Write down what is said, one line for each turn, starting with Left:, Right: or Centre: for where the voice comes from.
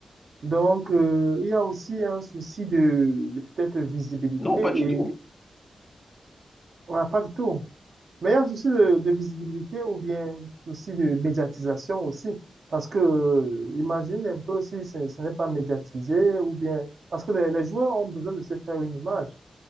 Right: Donc, euh, il y a aussi un souci de, de peut-être visibilité
Left: Non, pas du
Right: et
Left: tout.
Right: on n'a pas du tout. Mais il y a un souci de, de visibilité ou bien souci de médiatisation aussi. Parce que, euh, imagine un peu si ce, ce n'est pas médiatisé ou bien, parce que les, les joueurs ont besoin de se faire une image.